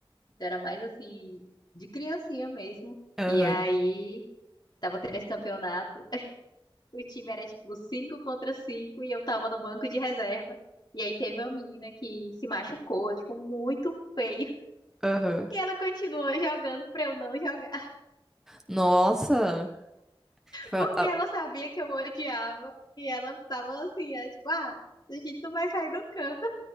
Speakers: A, on the left; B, in the centre.
A: Então era mais assim, de criancinha mesmo.
B: Aham,
A: E aí, estava tendo esse campeonato. <laughs> O time era tipo 5 contra 5 e eu tava no banco de reserva. E aí teve uma menina que se machucou, tipo, muito feio. <laughs>
B: aham.
A: E ela continuou jogando pra eu não jogar.
B: Nossa! Tipo,
A: Porque
B: a- a-
A: ela sabia que eu odiava e ela tava assim, ela, tipo, ah, a gente não vai sair do canto,